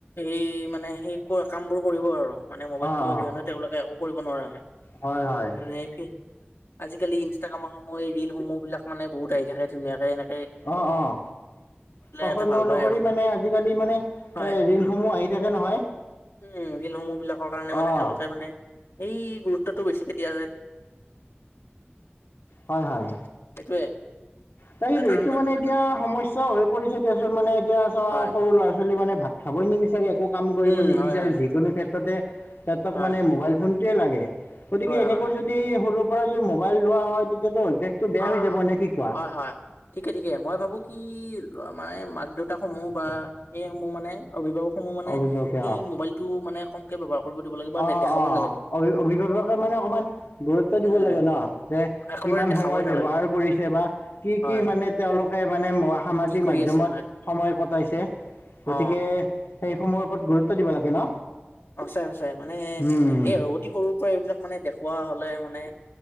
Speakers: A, on the left; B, on the left.
A: স মানে সেই ক কাম বোৰ কৰিব আৰু মানে মোবাইলতটো
B: অঁ অঁ
A: অবিহনে তেওঁলোকে একো কৰিব নোৱাৰা হে।
B: হয় হয়
A: নে আজিকালি সমূহ এই ৰিল সমূহ বিলাক মানে বহুত আহি থাকে ধুনীয়াকে এনে
B: অঁ অঁ পচন্দ
A: এটা ভাল
B: অনুসৰি
A: পায় আৰু
B: মানে আজিকালি মানে এ
A: হয়।
B: ৰিলসমূহ
A: অ
B: আহি থাকে নহয়।
A: উম ৰিলসমূহ বিলাকৰ কাৰণে মানে
B: অ'
A: তেওঁলোকে মানে এই গুৰুত্বটো বেছিকে দিয়া যায়।
B: হয় হয়।
A: সেইটোৱে
B: তাকেই
A: কাৰণ
B: এইটো
A: আৰু
B: মানে এতিয়া সমস্যা হৈ পৰিছে দিয়াচোন মানে এতিয়া চোৱা
A: হয়
B: সৰু ল'ৰা ছোৱালী মানে ভাত খাবই নিবিচাৰে একো কাম কৰিব
A: উম
B: নিবিচাৰে,
A: হয় হয়
B: যিকোনো ক্ষেত্ৰতে তিহতক
A: হয়
B: মানে মোবাইল ফোন লাগে গতিকে
A: হয়
B: এনেকৈ
A: হয় হয় হয়
B: যদি সৰুৰ পৰা যদি মোবাইল লোৱা হয় তেতিয়াটো বেশতটো বেয়া
A: অ
B: হৈ যাব নে কি কোৱা?
A: হয় হয় ঠিকে ঠিকে মই ভাবো কি মানে মাক দেউতাক সমূহ বা সেই সমূহ মানে অভিভাৱক সমূহ মানে
B: অভিভাৱকে
A: এই
B: অ'
A: মোবাইলতটো মানে কমকে ব্যৱহাৰ কৰিব দিব লাগে বা
B: অ
A: দেখাবই
B: অ
A: নালাগে
B: অভি অভিভাৱকে মানে অকমান গুৰুত্ব দিব
A: উম
B: লাগে ন যে
A: একেবাৰে
B: কিমান
A: দেখাবই
B: সময় ব্যৱহাৰ
A: নালাগে
B: কৰিছে বা কি
A: হয়
B: কি মানে তেওঁলোকে মানে সামাজিক
A: কি কৰি
B: মাধ্যমত
A: আছে হয়
B: সময় কটাইছে গতিকে
A: অ
B: সেইসমূহৰ ওপৰত গুৰুত্ব দিব লাগে ন।
A: সঁচাই সঁচাই মানে
B: উম উম
A: এই অতি সৰুৰ পৰা এইবিলাক মানে দেখুওৱা হ'লে মানে